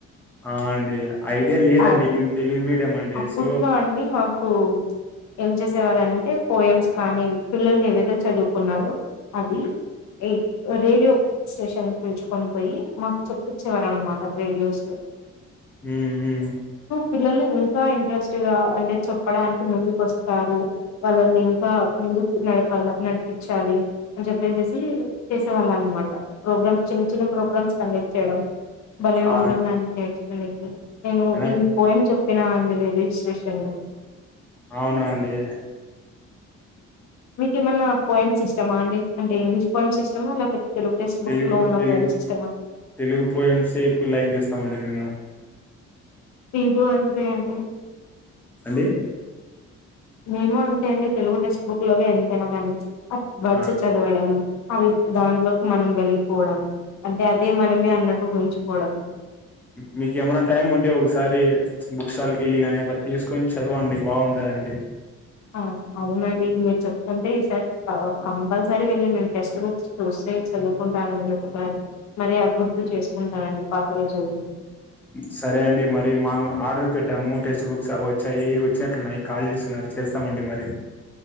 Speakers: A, in the centre; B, on the left.
A: ఆ అండి ఐడియా లేదండి
B: ఆ
A: మేము తెలుగు మీడియం అండి
B: అప్పట్లో
A: సో
B: అండి మాకు ఏం చేసేవారంటే పోయమ్స్ కాని పిల్లలు ఏ విదో చదువుకున్నారు అది ఏ రేడియో స్టేషన్ పిల్చుకొని పోయి మాకు చెప్పచ్ చివర అన్నమాట రేడియోస్ లో
A: హు హు
B: పిల్లల్ని ఇంకా ఇంట్రెస్ట్గా అంటే చెప్పడానికి ముందుకు వస్తారు వాళ్ళని ఇంకా ముందుకు నడపాల నడిపించాలి అని చెప్పేచేసి చేసే వాళ్ళ అన్నమాట ప్రోగ్రామ్స్ చిన్న చిన్న ప్రోగ్రామ్స్ కండక్ట్ చేయడం భలే
A: ఆ
B: ఉంటుందండి నే <unintelligible> నేను
A: ఆ
B: ఈ పోయమ్ చెప్ తిన్నా అండి రైల్వేస్ట్రేషన్లో
A: అవునండి
B: మీకు ఏమన్నా పోయిమ్స్ ఇష్టమా అండి అంటే ఇంగ్లీష్ పోయిమ్స్ ఇష్టామా లేకపోతే తెలుగు టెక్స్ట్
A: తెలుగు
B: బుక్ లో ఉన్న
A: తెలుగు
B: పోయిమ్స్ ఇష్టమా
A: తెలుగు పోయమ్సే ఎక్కువ లైక్ చేస్తామండి నేను
B: మీదో అంతే అండి
A: అండి
B: మేము అంతే అండి తెలుగు టెక్స్ట్ బుక్ లోవి ఎంతైనా గాని వచ్చిన
A: ఆ
B: చదవడం అవి దాంట్లో మనం వెళ్ళి వడం అంటే అదే మనమే అన్నట్టు గుంచు మడం
A: మీక ఏమైన్నా టైం ఉంటే ఒకసారి బుక్ స్టాల్ కి వెళ్ళి కాని అట్లా తీసుకొని చదవండి బాగుంటాదండి
B: ఆ అవునండి మీరు చెప్తుంటే ఈసారి కంపల్సరీ వెళ్ళి నేను టెక్స్ట్ బుక్స్ చూసె చదువుకుంటానండి ఒకసారి మరి అభివృద్ధి చేసుకుంటానండి పా ఇకేం చె
A: సరే అండి మరి మము ఆర్డర్ పెట్టాము టెక్స్ట్ బుక్స్ అవి వచ్చాయి వచ్చినట్లున్నాయి కాల్ చేస్తున్నారు చేస్తామండి మరి